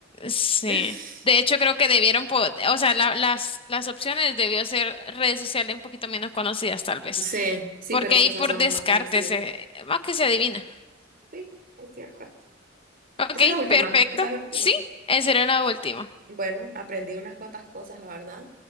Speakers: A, on the left; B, on the right.
A: sí.
B: <laughs>
A: De hecho, creo que debieron, po- o sea, la- las, las opciones debió ser redes sociales un poquito menos conocidas, tal vez.
B: Sí, sí,
A: Porque
B: pero es
A: ahí
B: que esas
A: por
B: son
A: descarte,
B: las más conocidas.
A: se, más que se adivina.
B: Sí, es cierto.
A: Ok,
B: Esa es la última,
A: perfecto.
B: esa es la última.
A: Sí, esa era la última.
B: Bueno, aprendí unas cuantas cosas, la verdad.